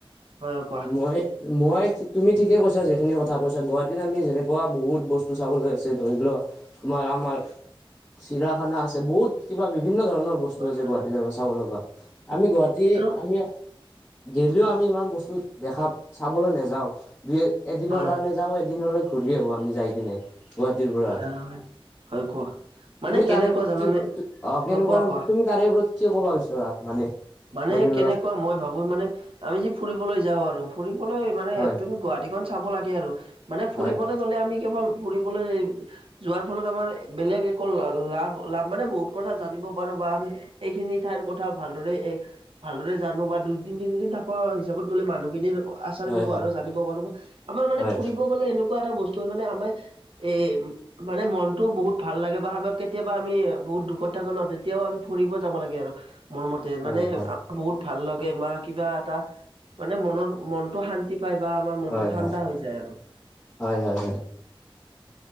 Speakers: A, on the right; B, on the left.
A: হয় হয় কোৱা
B: মই। মই তুমি ঠিকে কৈছা যিখিনি কথা কৈছা গুৱাহাটীত আমি যেনেকুৱা বহুত বস্তু চাবলৈ আছে ধৰি লোৱা। আমাৰ আমাৰ চিৰাখানা আছে বহুত কিবা বিভিন্ন ধৰণৰ বস্তু। বস্তু
A: হয়
B: আছে
A: হয়
B: গুৱাহাটীত
A: হয়
B: আম চাব লগা আমি গুৱাহাটী।
A: আৰু
B: আমি গেলেও আমি ইমান বস্তু দেখা চাবলৈ নাযাও দুই এদিনৰ
A: হয়
B: কাৰণে যাওঁ এদিন ঘূৰি আহো আমি যাই কিনে গুৱাহাটীৰ পৰা।
A: হয় হয় হয় কোৱা মানে
B: তুমি
A: কেনেকুৱা
B: তাৰে ওপৰত
A: জানানে
B: কি অ ' কেনেকুৱা
A: হয় কোৱা কোৱা
B: ধৰণৰ তাৰে ওপৰত কি ক'ব বিচৰা মানে।
A: মানে
B: ধৰি লোৱা
A: কেনেকুৱা মই ভাবো মানে আমি যে ফুৰিবলৈ যাওঁ আৰু ফুৰিবলৈ মানে
B: হয়
A: তুমি গুৱাহাটী। চাব লাগে আৰু মানে ফুৰিবলৈ
B: হয়
A: গ'লে আমি কেৱল ফুৰিবলৈ। যোৱাৰ ফলত আমাৰ বেলেগ একো লাভ -লাভ মানে বহুত কথা জানিব পাৰো বা আমি। এইখিনি ঠাইৰ কথা ভালদৰে। ভালদৰে জানো বা দুইদিন তিনিদিন থকা হিচাপত গ'লে মানুহখিনিৰ। আচাৰ
B: হয়
A: ব্যৱহাৰ
B: হয়
A: জানিব পাৰো বা আমাৰ মানে
B: হয়
A: ফুৰিব গ'লে এনেকুৱা এটা বস্তু মানে আমাৰ। এই। মানে মনটোও বহুত ভাল লাগে বা আমাক কেতিয়াবা আমি বহুত দুখত থাকো ন' তেতিয়াও আমি ফুৰিব যাব লাগে আৰু। মোৰ মতে
B: হয়
A: মানে
B: হয়
A: আমাৰ বহুত ভাল লগাগে বা কিবা এটা মানে মনৰ। মনতো শান্তি পাই বা আমাৰ মনতটো
B: হয় হয়
A: ঠাণ্ডা
B: হয়
A: হৈ যায় আৰু।
B: হয় হয় হয়।